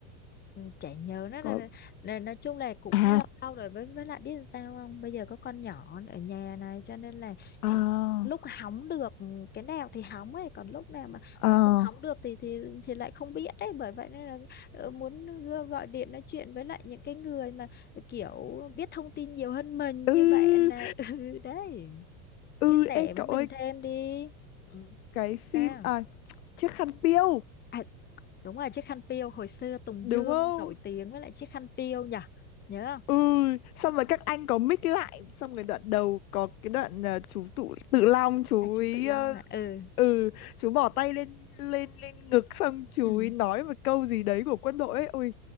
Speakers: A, on the left; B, on the left.
A: Ừ, chả nhớ nó
B: có
A: là, là nói chung là cũng
B: à
A: lâu lâu rồi với với lại biết làm sao không bây giờ có con nhỏ ở nhà này cho nên là
B: à
A: ừ, lúc hóng được cái nào thì hóng ấy còn lúc nào mà
B: à
A: mà không hóng được thì thì thì lại không biết đấy bởi vậy nên là ờ, muốn gơ- gọi điện nói chuyện với lại những cái người mà kiểu biết thông tin nhiều hơn mình
B: ừ
A: như bạn này <laughs> ừ đấy
B: ừ
A: chia sẻ
B: ê
A: với
B: cậu
A: mình
B: ơi
A: thêm đi ừ,
B: cái phim
A: sao
B: à <tsk> chiếc khăn piêu
A: à, đúng rồi chiếc khăn piêu hồi xưa Tùng
B: đúng
A: Dương
B: không
A: nổi tiếng với lại chiếc khăn piêu nhỉ nhớ không
B: ừ xong rồi các anh có mix lại xong rồi đoạn đầu có cái đoạn ờ, chú tụ Tự Long chú
A: À chú
B: ý
A: Tự Long
B: ờ,
A: à ừ
B: ừ chú bỏ tay lên lên lên ngực xong chú
A: ừ
B: ý nói một câu gì đấy của quân đội ấy ôi